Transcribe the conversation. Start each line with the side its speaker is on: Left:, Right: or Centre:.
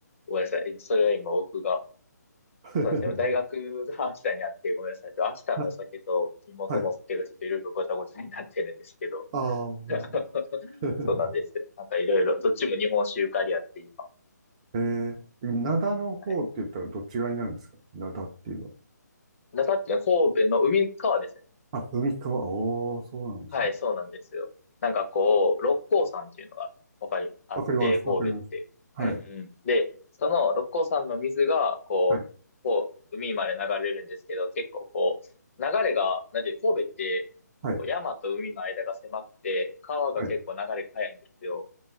Left: ごめんなさい。それは今僕が、
Right: <laughs>
Left: そうなんですよ。大学が秋田にあって、ごめんなさい。秋田のお酒と地元のお酒がちょっといろいろごちゃごちゃになってるんですけど。
Right: はい。はい。ああ、ほんと
Left: <laughs>
Right: <laughs>
Left: そうなんですよ。なんかいろいろ、どっちも日本酒ゆかりあって今。
Right: えー、灘の方って言ったらどっち側になるんですか灘っていうのは。
Left: はい中っていうのは神戸の海側ですね。
Right: あ、海側。おー、そうなんですね。
Left: はい、そうなんですよ。なんかこう、六甲山っていうのが、わかり、あって、
Right: わかります。
Left: 神戸って。
Right: わかります。はい。
Left: うんうん。で、その六甲山の水が、こう、
Right: はい。
Left: こう、海まで流れるんですけど、結構こう、流れが、なんていう、神戸って、
Right: はい。
Left: こう、山と海の間が狭くて、川が結構流れが速いんですよ。
Right: はい。